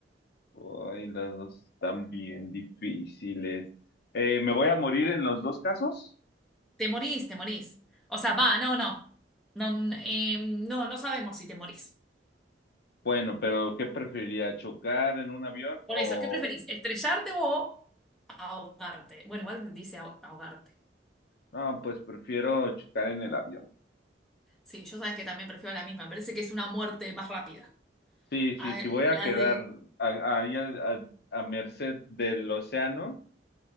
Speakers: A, on the left (about 60°); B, in the centre.
A: Ay, las dos están bien difíciles. Eh, ¿me voy a morir en los dos casos?
B: Te morís, te morís. O sea, va, no, no. No, n- eh, no, no sabemos si te morís.
A: Bueno, pero ¿qué preferiría? ¿Chocar en un avión
B: Por
A: o...?
B: eso, ¿qué preferís? ¿Estrellarte o ahogarte? Bueno, igual dice aho- ahogarte.
A: No, pues prefiero chocar en el avión.
B: Sí, yo sabes que también prefiero la misma. Me parece que es una muerte más rápida.
A: Sí, sí,
B: A-
A: sí, voy a
B: la
A: quedar
B: de.
A: a- ahí a, a, a merced del océano.